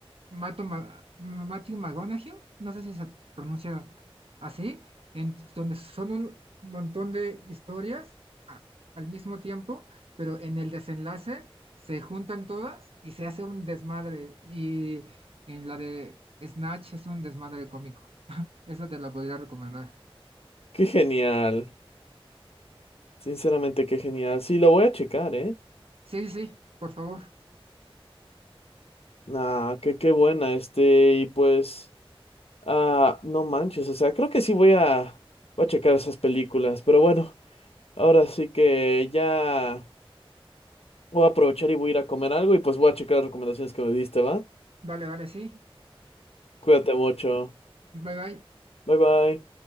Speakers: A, on the right; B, on the left.
A: Mato Ma- Matthew McConaughey, no sé si se pronuncia así, en donde son un montón de historias a- al mismo tiempo, pero en el desenlace se juntan todas y se hace un desmadre. Y en la de Snatch es un desmadre cómico. Esa te la podría recomendar.
B: Qué genial. Sinceramente, qué genial. Sí, lo voy a checar, ¿eh?
A: Sí, sí, sí, por favor.
B: Ah, qué, qué buena, este, y pues, ah, no manches, o sea, creo que sí voy a, voy a checar esas películas, pero bueno, ahora sí que ya. Voy a aprovechar y voy a ir a comer algo y pues voy a checar las recomendaciones que me diste, ¿va?
A: Vale, vale, sí.
B: Cuídate mucho.
A: Bye, bye.
B: Bye bye.